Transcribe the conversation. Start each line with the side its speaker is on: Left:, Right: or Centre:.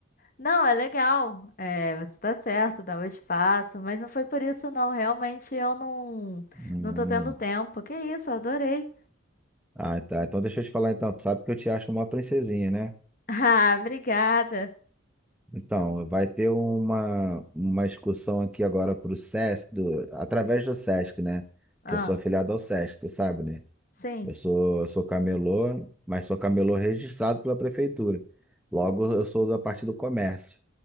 Left: Não, é legal. É, você tá certo, dá o espaço, mas não foi por isso não, realmente eu não
Centre: Hum.
Left: não tô tendo tempo. Que isso, eu adorei.
Centre: Ah, tá. Então deixa eu te falar então. Tu sabe que eu te acho uma princesinha, né?
Left: Ah, obrigada.
Centre: Então, vai ter uma, uma excursão aqui agora pro Sesc, do- através do Sesc, né?
Left: Ah,
Centre: Que eu sou afiliado ao Sesc, tu sabe, né?
Left: sim,
Centre: Eu sou, eu sou camelô, mas sou camelô registrado pela prefeitura. Logo, eu sou da parte do comércio.